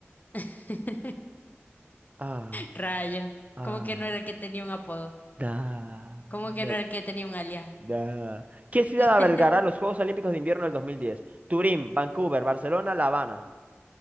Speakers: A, on the left (about 40°); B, on the right (about 30°).
A: <laughs>
B: Ah,
A: Rayo.
B: ah,
A: Como que no era el que tenía un apodo.
B: da,
A: Como que
B: da,
A: no era el que tenía un alias.
B: da. ¿Qué ciudad
A: <laughs>
B: albergará los Juegos Olímpicos de Invierno del dos mil diez Turín, Vancouver, Barcelona, La Habana.